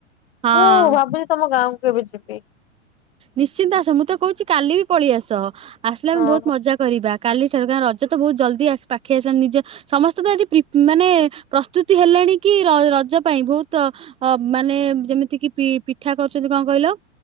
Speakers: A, on the right; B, on the left.
A: ହଁ।
B: ମୁଁ ଭାବୁଛିି ତମ ଗାଁ କୁ କେବେ ଯିବି।
A: ନିଶ୍ଚିନ୍ତ ଆସ ମୁଁ ତ କହୁଛି କାଲି ବି ପଳେଇ ଆସ ଆସିଲେ ଆମେ
B: ହଁ
A: ବହୁତ୍ ମଜା କରିବା କାଲି ଠାରୁ କା ରଜ ତ ବହୁତ୍ ଜଲଦି ଆ ପାଖେଇ ଆସିଲାଣି ନିଜ ସମସ୍ତେ ତ ଏଠି ପ୍ରି ମାନେ ପ୍ରସ୍ତୁତି ହେଲେଣି କି ର ରଜ ପାଇଁ ବହୁତ ଅ ମାନେ ଯେମିତିକି ପି ପିଠା କରୁଛନ୍ତି କଣ କହିଲ